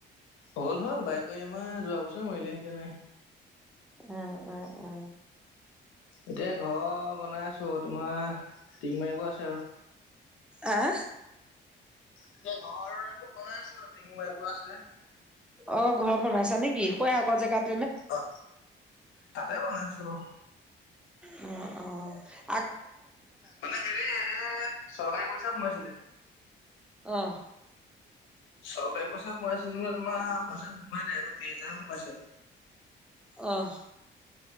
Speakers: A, on the left; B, in the centre.
A: হ'ল হ'ল বাইকৰ ই এম আই যোৱা বছৰে মৰিলে এতিয়া নাই।
B: উঁ, উ, উ।
A: এতিয়া ঘৰ বনাই আছো, তোমাৰ টিং মাৰিব আছে আৰু।
B: আহ?
A: এতিয়া ঘৰটো বনাই আছো টিঙ মাৰিব আছে।
B: অ, ঘৰ বনাইছা নেকি? হৈ আগৰ জেগাত
A: অ, তাতে বনাইছো বাৰু
B: অহ, অহ।
A: মানে হেৰি এ চৰকাৰী পইচা সোমাইছিলে
B: অঁ।
A: চৰকাৰী পইচা সোমাইছিলে মানে তোমাৰ পইচা সোমাই নাই অকল টিচ হাজাৰহে সোমাইছে।
B: অহ